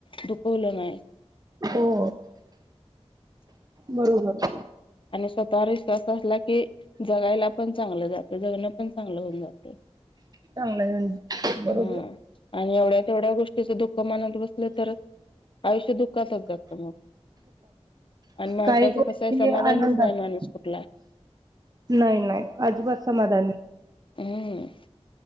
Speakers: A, on the left; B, on the right.
A: दुखवलं नाही.
B: हो. बरोबर!
A: आणि स्वतःवर विश्वास असला की जगायला पण चांगलं, जातं जगणं पण चांगलं होऊन जातं.
B: चांगल आहे बरोबर.
A: हा आणि एवढ्या तेवढ्या गोष्टीचं दुःख मनात बसलं तर, आयुष्य दुःखातच जातं मग. आणि माणसाचं
B: काही गोष्टी.
A: कसं आहे समाधानीच
B: आनंदात
A: नाही माणूस कुठला
B: नाही, नाही अजिबात समाधान नाही.
A: हम्.